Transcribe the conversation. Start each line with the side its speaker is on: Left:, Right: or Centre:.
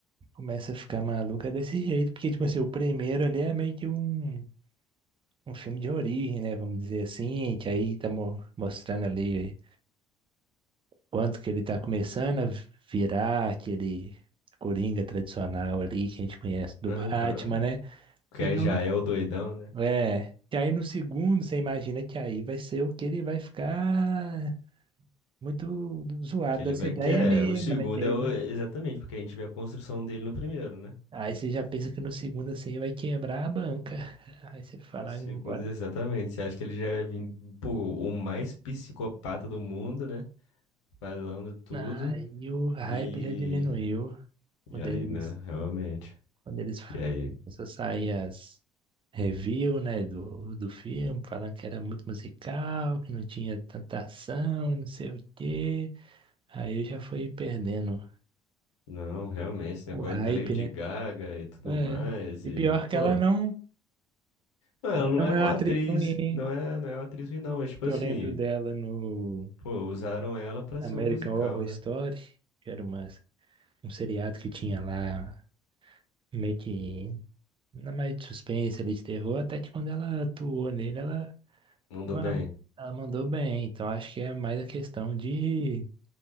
Right: começa a ficar maluca desse jeito, porque, tipo assim, o primeiro ali é meio que um, um filme de origem, né, vamos dizer assim, que aí tá mo- mostrando ali quanto que ele tá começando a virar aquele Coringa tradicional ali que a gente conhece do
Left: Aham.
Right: Batman, né?
Left: Que
Right: Então,
Left: aí já
Right: não-
Left: é o doidão, né?
Right: é. E aí no segundo, você imagina que aí vai ser o que ele vai ficar muito zoado
Left: Que ele
Right: das
Left: vai.
Right: ideias
Left: Que é.
Right: mesmo,
Left: O segundo
Right: né? Que aí,
Left: é o.
Right: vai-
Left: Exatamente, porque a gente vê a construção dele no primeiro, né?
Right: aí você já pensa que no segundo assim vai quebrar a banca. Aí você fala
Left: No segundo,
Right: agora.
Left: exatamente. Você acha que ele já é vim- pô, o mais psicopata do mundo, né? Falando tudo.
Right: Aí o hype
Left: E.
Right: já diminuiu. Um
Left: E
Right: deles
Left: aí, né? Realmente.
Right: Quando eles
Left: E aí?
Right: começou a sair as review, né, do, do filme, falando que era muito musical, que não tinha tanta ação, não sei o quê. Aí eu já fui perdendo
Left: Não, realmente, esse
Right: o
Left: negócio
Right: hype,
Left: da Lady
Right: né?
Left: Gaga e tudo
Right: É.
Left: mais.
Right: E
Left: E,
Right: pior que
Left: pô.
Right: ela não,
Left: Não,
Right: ela
Left: ela não
Right: não
Left: é
Right: é
Left: má
Right: uma atriz
Left: atriz.
Right: ruim, hein?
Left: Não é, não é uma atriz ruim, não. Mas, tipo
Right: Eu
Left: assim,
Right: lembro dela no
Left: pô, usaram ela pra
Right: American
Left: ser um musical,
Right: Horror
Left: né?
Right: Story, que era uma, um seriado que tinha lá meio que na mais de suspense ali de terror, até que quando ela atuou nele, ela
Left: Mandou
Right: Mas
Left: bem.
Right: Ela mandou bem, então acho que é mais a questão de